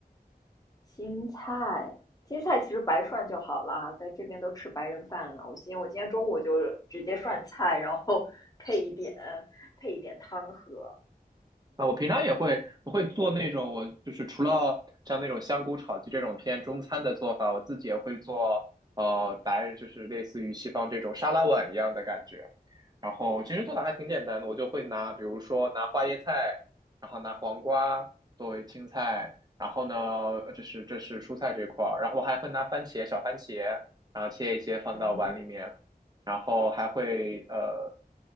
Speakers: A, on the left (about 25°); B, on the right (about 25°).
A: 青菜，青菜其实白涮就好啦，在这边都吃白人饭了。我今我今天中午就直接涮菜，然后配一点配一点汤喝。
B: 啊，
A: 嗯
B: 我平常也会我会做那种，我就是除了像那种香菇炒鸡这种偏中餐的做法，我自己也会做，呃，白就是类似于西方这种沙拉碗一样的感觉。然后其实做法还挺简单的，我就会拿，比如说拿花椰菜，然后拿黄瓜作为青菜，然后呢，呃这是这是蔬菜这块儿，然后我还会拿番茄小番茄，然后切一切放到碗里面，
A: 嗯，
B: 然后还会呃，